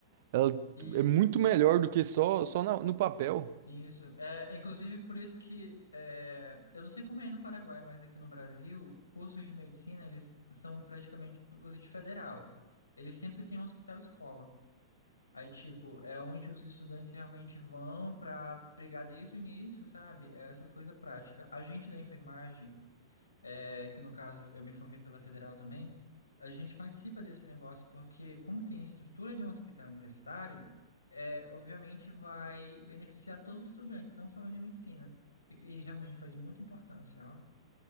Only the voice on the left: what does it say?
Isso,
e-
isso. É, inclusive, por isso que, é, eu não sei como é aí no Paraguai, mas aqui no Brasil, cursos de medicina, eles são praticamente os de federal. Eles sempre têm um hospital-escola. Aí, tipo, é onde os estudantes realmente vão para pegar desde o início, sabe? É Essas coisas práticas. A gente da enfermagem, é, que no caso eu me formei pela Federal também, a gente participa desse negócio porque, como tem a estrutura de um hospital universitário, é, obviamente vai beneficiar todos os estudantes, não só os de medicina. E, e realmente faz muita importância, ó.